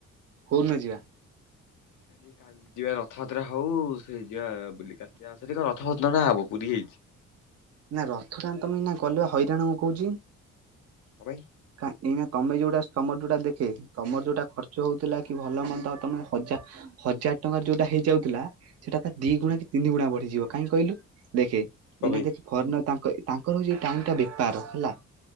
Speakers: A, on the right; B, on the left.
A: କୋଉ ଦିନ ଯିବା?
B: ସେଇ କାଲି। ଯିବା ରଥଯାତ୍ରା ହୋଉ ସେଇ ଯିବା ବ କାଶିକ ରଥଯାତ୍ରା ନା ହବ ପୁରୀ ହେଇଛି।
A: ନା ରଥକାନ୍ତ ମିନା ଗଲେ ବା ହଇରାଣ କଣ କହୁଛି।
B: କଣ ପାଇଁ?
A: କାଇଁ ଏଇନା ତମେ ଯୋଉଟା ତମର ଯୋଉଟା ଦେଖେ ତମର ଯୋଉଟା ଖର୍ଚ୍ଚ ହୋଉଥିଲା। କି ଭଲ ମନ୍ଦ ତମେ ହଜାର ହଜାର ଟଙ୍କାର ଯୋଉଟା ହେଇଯାଉଥିଲା। ସେଇଟା ତ ଦି ଗୁଣା
B: ହୁଁ
A: କି ତିନି ଗୁଣା ବଢିଯିବ କାହିଁ କହିଲୁ ଦେଖେ ଏଇନା
B: କଣ ପାଇଁ
A: ଦେଖେ ଫର୍ନ ତାଙ୍କ ତାଙ୍କର ହୋଉଛି ଟାଇମ୍ ଟା ବେପାର ହେଲା